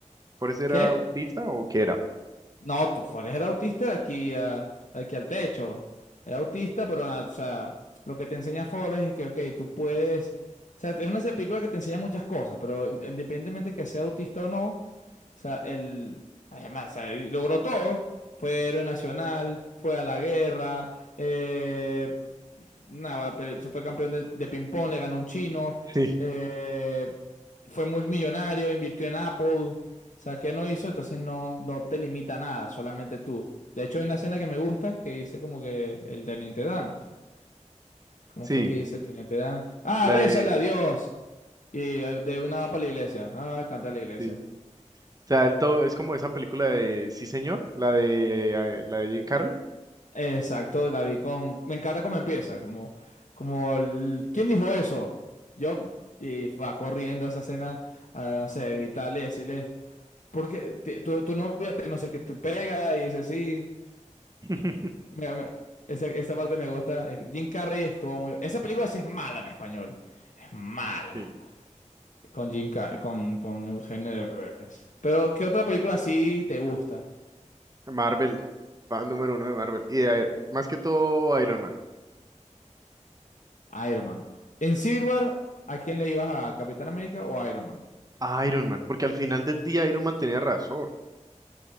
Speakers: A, on the right (about 30°); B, on the left (about 75°).
A: ¿Forrest era
B: Que
A: autista o qué era?
B: no, to- Forrest era autista de aquí, a- aquí al techo. Era autista, pero nada, o sea, lo que te enseña Forrest es que, ok, tú puedes... O sea, es una película que te enseña muchas cosas, pero in- independientemente que sea autista o no, o sea, él, además, o sea, él logró todo. Fue héroe nacional, fue a la guerra, eh, nada, pero se fue campeón de, de ping-pong, le ganó un chino,
A: Sí,
B: eh, fue muy millonario, invirtió en Apple, o sea, ¿qué no hizo? Entonces no, no te limita nada, solamente tú. De hecho, hay una escena que me gusta que dice como que el teniente Dan. ¿Cómo
A: sí,
B: fue que dice el teniente Dan? Ah,
A: la
B: rézale
A: de,
B: a Dios. Y eh, de una va para la iglesia. Ah, canta la iglesia.
A: sí. O sea, el todo, es como esa película de Sí, señor, la de, eh, la de Jim Carrey.
B: Exacto, la vi con... Me encanta cómo empieza, como... como el- ¿Quién dijo eso? Yo, y va corriendo a esa escena, a, no sé, a gritarle, decirle, porque tu, tu novia te, no sé qué te pega, y dice, sí.
A: <laughs>
B: Mira, mira, Esa, esa parte me gusta. Eh, Jim Carrey estuvo muy... Esa película sí es mala en español. Es mala.
A: Sí,
B: Con Jim Carrey, con, con Eugenio Derbez. Pero, ¿qué otra película sí te gusta?
A: Marvel, fan número uno de Marvel. Y eh, más que todo Iron Man.
B: Iron Man. En Civil War, ¿a quién le ibas a Capitán América o Iron Man?
A: a Iron Man, porque al final del día Iron Man tenía razón.